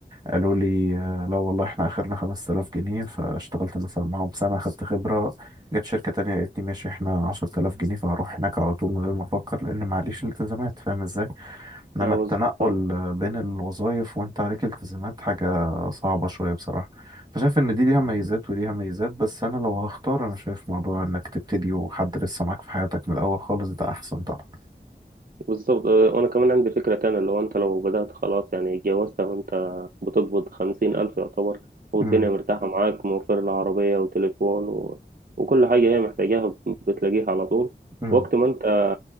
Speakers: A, on the right (about 20°); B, on the right (about 50°).
A: قالوا لي آه، لا والله احنا اخرنا 5000 جنيه فاشتغلت مثلا معاهم سنه خدت خبره جت شركه تانية قالت لي ماشي احنا 10000 جنيه فهروح هناك على طول من غير ما افكر لان معليش التزامات فاهم ازاي انما
B: اه
A: التنقل
B: بالظبط
A: بين الوظائف وانت عليك التزامات حاجة صعبة شوية بصراحة فشايف ان دي ليها ميزات وليها ميزات بس انا لو هختار انا شايف موضوع انك تبتدي وحد لسه معاك في حياتك من الاول خالص ده احسن طبعا
B: بالظبط آه، وانا كمان عندي فكرة تانية اللي هو انت لو بدأت خلاص يعني اتجوزت وانت بتقبض خمسين الف يعتبر والدنيا
A: امم
B: مرتاحة معاك موفر لها عربية وتليفون و... وكل حاجة هي محتاجاها بتلاقيها على طول
A: امم
B: وقت ما انت